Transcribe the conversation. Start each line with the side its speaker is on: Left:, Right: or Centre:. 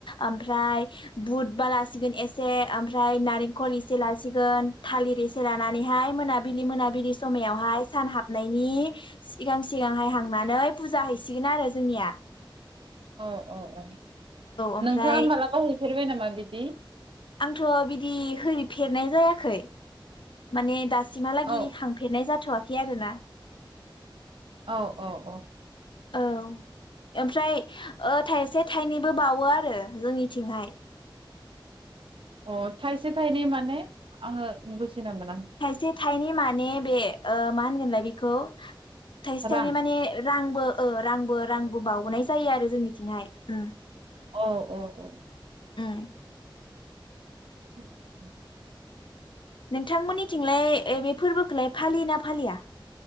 Left: ओमफ्राय बुधबा लासिगोन एसे ओमफ्राय नारेंखल एसे लासिगोन थालिर एसे लानानैहाय मोनाबिलि मोनाबिलि समायावहाय सान हाबनायनि सिगां सिगांहाय हांनानै फुजा हैसिगोन आरो जोंनिया ।
Right: औ औ औ
Left: ओमफ्राय
Right: नोंथाङा मालाबा हैफेरबाय नामा बिद दि?
Left: आंथ बिदि होरिफेरनाय जायाखै माने दासिमहालागि
Right: औ
Left: हांफेरनाय जाथ'वा खै आरो ना ।
Right: औ औ औ ।
Left: औ ओमफ्राय ओ थाइसे थाइनैबो बावो आरो जोंनिथिंहाय ।
Right: अ थाइसे थाइनै माने आङो बु जिना मोना
Left: थाइसे थाइनै माने बे मा होनगोनलाय बेखौ थाइसे
Right: रां
Left: थाइनै माने रांबो ओ रांबो रां बो बावनाय जायो आरो जोंनिथिंहाय । उम ।
Right: औ औ औ ।
Left: उम ।
Right: <inaudible>
Left: नोंथांमोननि थिंलाय ए बे फोर्बोखौलाय फालियो ना फालिया?